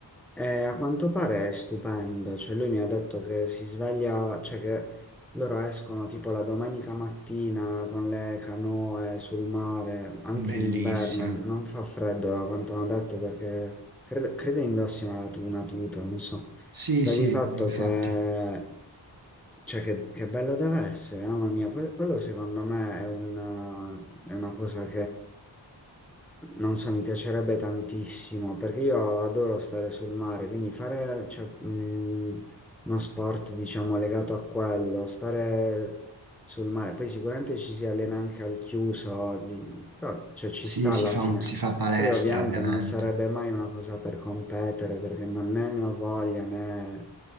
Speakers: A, in the centre; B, on the right.
A: Eh, a quanto pare è stupenda, cioè lui mi ha detto che si sveglia, cioè che loro escono tipo la domenica mattina con le canoe sul mare, anche
B: Bellissimo.
A: in inverno, non fa freddo a quanto hanno detto perché credo, credo indossino la tu- una tuta, non so.
B: Sì,
A: Sta
B: sì,
A: di fatto
B: infatti.
A: che, cioè che, che bello deve essere, mamma mia, Que- quello secondo me è una, è una cosa non so, mi piacerebbe tantissimo perché io adoro stare sul mare, quindi fare, cioè, mh, uno sport, diciamo, legato a quello, stare sul mare. Poi sicuramente ci si allena anche al chiuso, di- però, cioè, ci
B: Sì,
A: sta
B: si
A: alla
B: fa,
A: fine.
B: si fa palestra,
A: Poi ovviamente
B: ovviamente.
A: non sarebbe mai una cosa per competere perché non né ne ho voglia né,